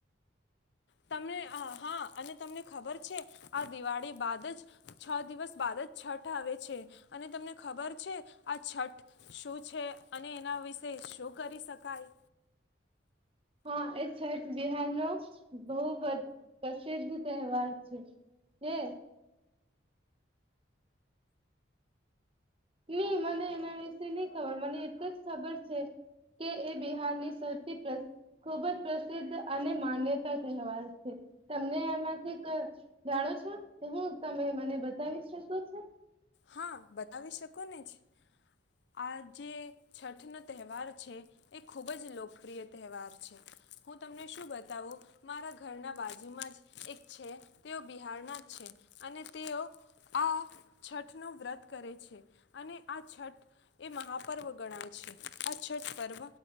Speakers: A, on the left; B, on the right.
A: તમને હા અને તમને ખબર છે આ દિવાળી બાદ જ છ દિવસ બાદ જ છઠ આવે છે અને તમને ખબર છે આ છઠ શું છે અને એના વિશે શું કરી શકાય
B: હા એ શાયદ બિહારનો બહુ પજ પ્રસિદ્ધ તહેવાર છે એ નહી મને એના વિશે નહી ખબર મને એટલુ જ ખબર છે. કે એ બિહારની સૌથી પ્રસ ખુબ જ પ્રસિદ્ધ અને માન્યતા તહેવાર છે તમને આમાંથી કય જાણો છો કે હું તમે મને બતાવી શકો છો.
A: હા બતાવી શકો ને જ આ જે છઠનો તહેવાર છે. એક ખૂબ જ લોકપ્રિય તહેવાર છે. હું તમને શું બતાવું મારા ઘરના બાજુમાં જ એક છે તેઓ બિહારના જ છે. અને તેઓ આ છઠનો વ્રત કરે છે અને આ છઠ એ મહાપર્વ ગણાય છે આ છઠ પર્વ